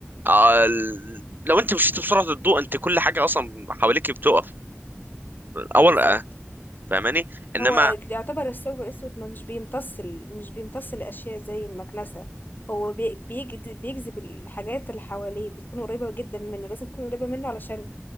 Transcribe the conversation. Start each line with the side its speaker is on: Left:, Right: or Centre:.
Right: آه، ال- لو انت مشيت بسرعه الضوء انت كل حاجه اصلا حواليك بتقف
Left: بالظبط
Right: اول آه، فاهماني انما
Left: هو يعتبر الثوب الأسود ما مش بيمتص ال- مش بيمتص الأشياء زي المكنسة هو بي- بيجد- بيجذب الحاجات اللي حواليه بتكون قريبة جدا منه لازم تكون قريبة منه علشان